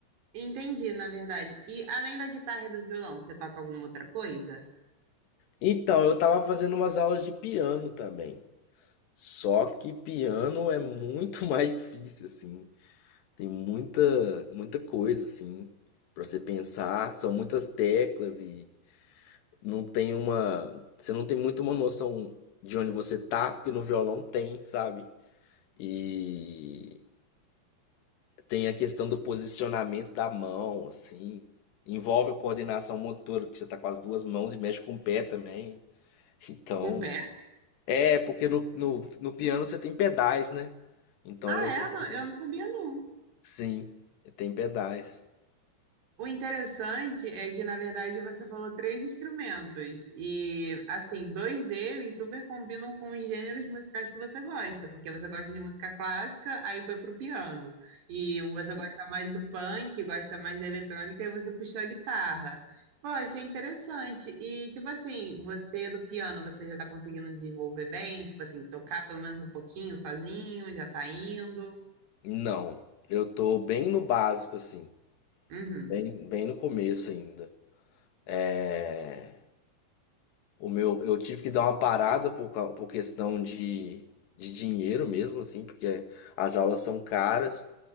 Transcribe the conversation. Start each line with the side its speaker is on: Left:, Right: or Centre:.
Right: Entendi, na verdade. E além da guitarra e do violão, você toca alguma outra coisa?
Left: Então, eu tava fazendo umas aulas de piano também. Só que piano é muito <laughs> mais difícil assim. Tem muita, muita coisa assim para você pensar, são muitas teclas e não tem uma, você não tem muito uma noção de onde você tá, porque no violão tem, sabe? E tem a questão do posicionamento da mão, assim, envolve a coordenação motora, porque você tá com as duas mãos e mexe com o pé também. Então,
Right: Com o pé?
Left: é porque no, no, no piano você tem pedais, né? Então
Right: Ah,
Left: você
Right: é?
Left: também,
Right: Não- Eu não sabia, não.
Left: sim, tem pedais.
Right: O interessante é que, na verdade, você falou três instrumentos. E, assim, dois deles super combinam com os gêneros musicais que você gosta, porque você gosta de música clássica, aí foi pro piano. E você gosta mais do punk, gosta mais da eletrônica, e você puxou a guitarra. Pô, achei interessante. E, tipo assim, você do piano, você já tá conseguindo desenvolver bem? Tipo assim, tocar pelo menos um pouquinho sozinho, já tá indo?
Left: Não, eu tô bem no básico, assim,
Right: Uhum.
Left: bem, bem no começo ainda. É, o meu, eu tive que dar uma parada por, cau- por questão de, de dinheiro mesmo, assim, porque as aulas são caras